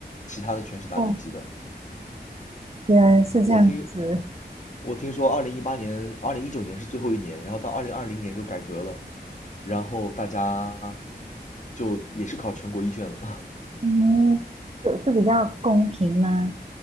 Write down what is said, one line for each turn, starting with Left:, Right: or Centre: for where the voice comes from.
Left: 其他的全是打等级的。
Right: 哦，原来是这样子，
Left: 我听我听说，二零一八年、二零一九年是最后一年，然后到二零二零年就改革了，然后大家就也是考全国一卷了，
Right: 嗯这这比较公平吗？